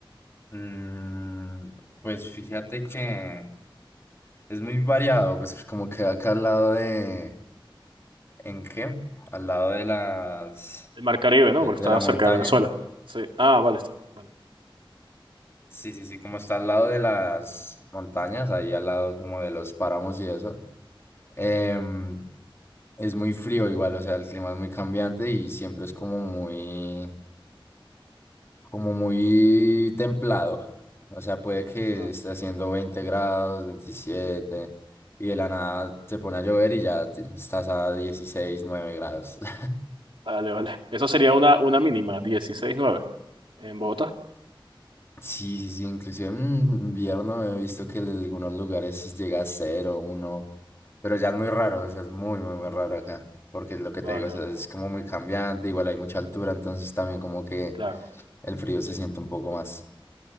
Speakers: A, on the left; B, on the right.
A: Mm, pues fíjate que Es muy variado, pues como que acá al lado de... ¿En qué? Al lado de las...
B: El Mar Caribe,
A: De,
B: ¿no? Porque
A: de
B: está
A: la montaña.
B: cerca de Venezuela. Sí. Ah, vale, está. Vale,
A: Sí, sí, sí, como está al lado de las montañas, ahí al lado como de los páramos y eso. Em, es muy frío igual, o sea, el clima es muy cambiante y siempre es como muy... como muy templado. O sea, puede que
B: Va-
A: esté haciendo 20 grados, veintisiete y de la nada te pone a llover y ya te- estás a 16 9 grados. <laughs>
B: vale. vale. Eso sería una, una mínima, dieciséis nueve en Bogotá.
A: Sí, sí, sí, inclusive en invierno he visto que en algunos lugares llega a cero, uno, pero ya es muy raro,
B: Ah,
A: o
B: bueno.
A: sea, es muy, muy, muy raro acá, porque lo que
B: Vale,
A: te digo, o sea,
B: vale.
A: es como muy cambiante, igual hay mucha altura, entonces también como que
B: Claro.
A: el frío se siente un poco más.